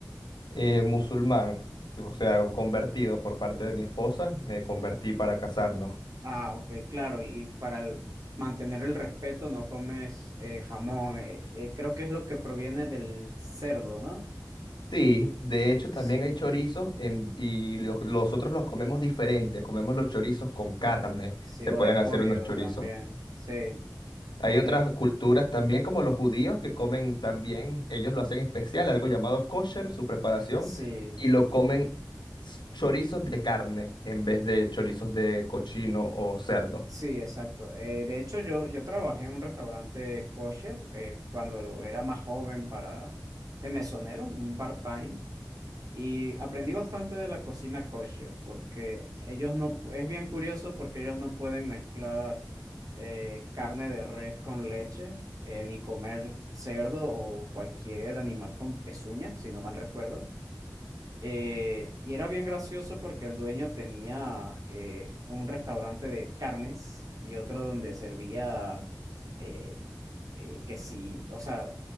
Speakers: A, on the left; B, on the right.
A: Eh, musulmán, o sea, convertido por parte de mi esposa, me convertí para casarnos.
B: Ah, ok, claro, y para el- mantener el respeto no comes eh, jamón, eh, eh, creo que es lo que proviene del cerdo, ¿no?
A: Sí, de hecho
B: Sí,
A: también hay chorizos en- y los, nosotros los comemos diferentes, comemos los chorizos con carne,
B: sí,
A: se
B: o
A: pueden
B: de pollo
A: hacer unos chorizos.
B: también, sí,
A: Hay otras
B: eh,
A: culturas también como los judíos que comen también, ellos lo hacen especial, algo llamado kosher, su preparación,
B: sí,
A: y lo comen s- chorizos de carne en vez de chorizos de cochino o cerdo.
B: sí, exacto. Eh, de hecho, yo, yo trabajé en un restaurante kosher eh, cuando era más joven para, de mesonero, un part-time. Y aprendí bastante de la cocina kosher, porque ellos no, es bien curioso porque ellos no pueden mezclar eh, carne de res con leche, eh, ni comer cerdo o cualquier animal con pezuña, si no mal recuerdo. Eh, y era bien gracioso porque el dueño tenía eh, un restaurante de carnes y otro donde servía eh, eh, que sí, o sea,